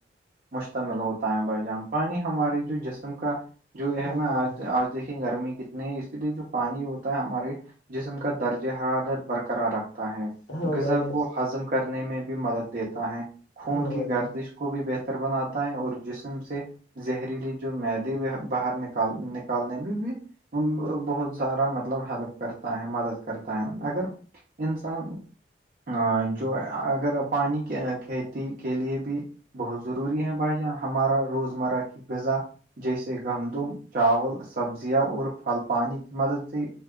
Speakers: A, on the right; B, on the left.
A: مشتمل ہوتا ہے بھائی جان پانی ہمارے جو جسم کا جو ہے
B: ہاں
A: نا
B: بھائی
A: آج
B: جان
A: آج دیکھے گرمی کی نہیں اسی لیے جو پانی ہوتا ہے ہمارے جسم کا درجہ حالت برقرار رکھتا ہے
B: ہاں
A: غذا
B: بھائی جان
A: کو ہضم کرنے میں بھی مدد دیتا ہے خون
B: ہاں
A: کی
B: بھائی
A: گردش
B: جان
A: کو بھی بہتر بناتا ہے اور جسم سے زہریلی جو میدے باہر نکال نکالنے بھی بھی بہت سارا مطلب ہیلپ کرتا ہے مدد کرتا ہے اگر انسان ا جو اگر پانی کے کھیتی کے لیے بھی بہت ضروری ہے بھائی جان ہمارا روزمرہ کی غذا جیسے سے گندم چاول سبزیاں اور پھل پانی کی مدد سے